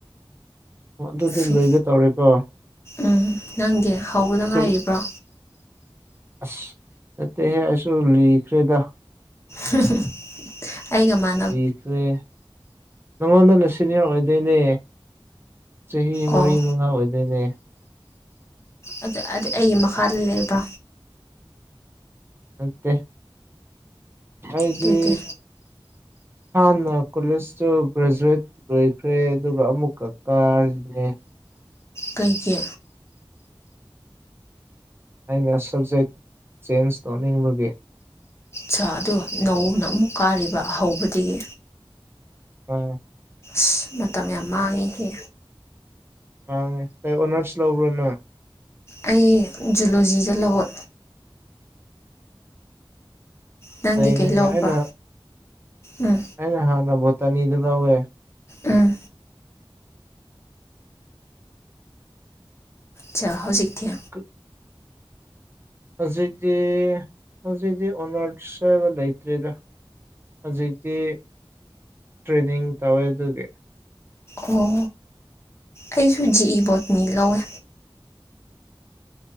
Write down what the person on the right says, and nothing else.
ꯑꯣ ꯑꯗꯨꯗꯤ
ꯂꯣꯏꯒꯦ ꯇꯧꯔꯦꯀꯣ
ꯀꯔꯤ ꯑꯁ ꯅꯠꯇꯦꯍꯦ ꯑꯩꯁꯨ ꯂꯤꯈ꯭ꯔꯦꯗ
ꯂꯤꯈ꯭ꯔꯦ ꯅꯉꯣꯟꯗꯅ ꯁꯦꯅꯤꯌꯔ ꯑꯣꯏꯗꯨꯏꯅꯦ ꯆꯍꯤ
ꯃꯔꯤ ꯃꯉꯥ ꯑꯣꯏꯗꯨꯏꯅꯦ
ꯅꯠꯇꯦ ꯑꯩꯖꯤ
ꯍꯥꯟꯅ ꯀꯣꯂꯦꯖꯇꯨ ꯒ꯭ꯔꯦꯖ꯭ꯋꯦꯠ ꯂꯣꯏꯈ꯭ꯔꯦ ꯑꯗꯨꯒ ꯑꯃꯨꯛꯀ ꯀꯥꯔꯤꯅꯦ
ꯑꯩꯅ ꯁꯕꯖꯦꯛ ꯆꯦꯟꯖ ꯇꯧꯅꯤꯡꯕꯒꯤ
ꯎꯝ
ꯃꯥꯡꯉꯦ ꯀꯩ ꯑꯣꯅ꯭ꯔꯁ ꯂꯧꯕ꯭ꯔꯣ ꯅꯪ
ꯅꯩꯔꯦꯅꯦ
ꯑꯩꯅ
ꯑꯩꯅ ꯍꯥꯟꯅ ꯕꯣꯇꯅꯤꯗ ꯂꯧꯋꯦ
<inaudible> ꯍꯧꯖꯤꯛꯇꯤ ꯍꯧꯖꯤꯛꯇꯤ ꯑꯣꯅ꯭ꯔꯁ ꯍꯥꯏꯕ ꯂꯩꯇ꯭ꯔꯦꯗ ꯍꯧꯖꯤꯛꯇꯤ ꯇ꯭ꯔꯦꯅꯤꯡ ꯇꯧꯋꯦ ꯑꯗꯨꯒꯤ